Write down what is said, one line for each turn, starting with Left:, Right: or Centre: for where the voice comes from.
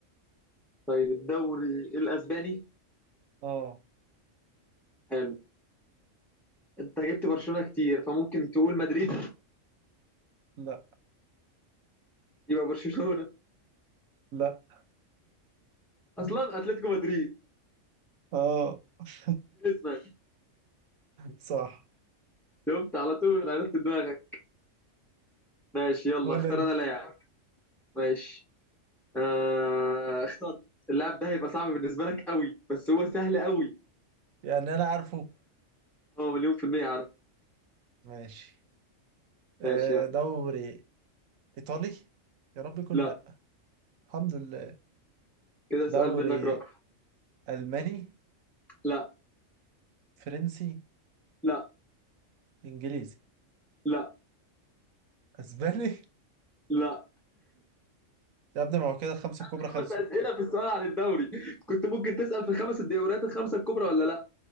Centre: طيب الدوري الاسباني
Right: اه
Centre: حلو انت جبت برشلونة كتير فممكن تقول مدريد
Right: لا
Centre: يبقى برشلونة
Right: لا
Centre: اصلا اتلتيكو مدريد
Right: اه <laughs>
Centre: جريزمان
Right: صح
Centre: شفت على طول عرفت دماغك ماشي يلا
Right: قول
Centre: اختار
Right: انت
Centre: انا لاعب ماشي آه اختار اللاعب ده هيبقى صعب بالنسبة لك قوي بس هو سهل قوي
Right: يعني انا عارفه
Centre: هو مليون في المية عارف
Right: ماشي آه،
Centre: ماشي يلا
Right: دوري ايطالي يا رب يكون
Centre: لا
Right: لا الحمد لله
Centre: كده سؤال
Right: دوري
Centre: منك راح
Right: الماني
Centre: لا
Right: فرنسي
Centre: لا
Right: انجليزي
Centre: لا
Right: اسباني <laughs>
Centre: لا
Right: يا ابني ما هو كده الخمسة الكبرى
Centre: خمس
Right: خلصوا
Centre: أسئلة في السؤال عن الدوري كنت ممكن تسأل في خمس الدوريات الخمسة الكبرى ولا لا